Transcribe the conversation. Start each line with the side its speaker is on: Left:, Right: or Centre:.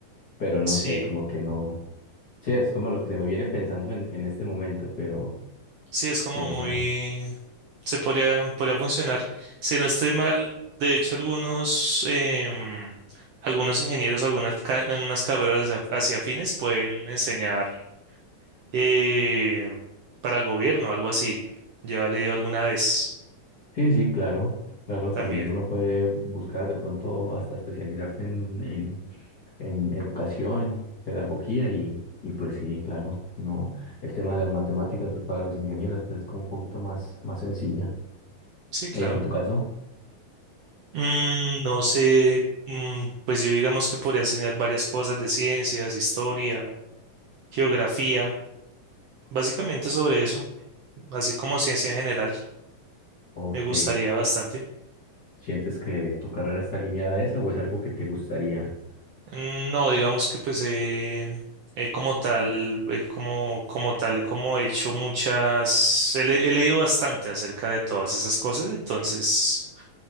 Left: pero no
Right: Sí,
Left: sé, como que no, sí, es como lo que se me viene pensando en, en este momento, pero,
Right: sí, es como
Left: pero,
Right: muy... Se podría, podría funcionar. Si no estoy mal, de hecho, algunos, em, algunos ingenieros, algunas ca- unas carreras hacia hacia afines pueden enseñar eh, para el gobierno, algo así. Ya he leído alguna vez
Left: sí, sí, claro, claro,
Right: también.
Left: también uno puede buscar de pronto hasta especializarse en, en, en educación, pedagogía y, y pues sí, claro, no, el tema de las matemáticas, pues para los ingenieros, pues es como un poquito más, más sencilla.
Right: Sí, claro.
Left: En tu caso,
Right: Mm, no sé, mm, pues yo digamos que podría enseñar varias cosas de ciencias, historia, geografía, básicamente sobre eso, así como ciencia en general,
Left: ok,
Right: me gustaría bastante.
Left: ¿sientes que tu carrera está alineada a esa o es algo que te gustaría?
Right: Mm, no, digamos que pues eh, eh, como tal, eh, como, como tal, como he hecho muchas, he, le- he leído bastante acerca de todas esas cosas, entonces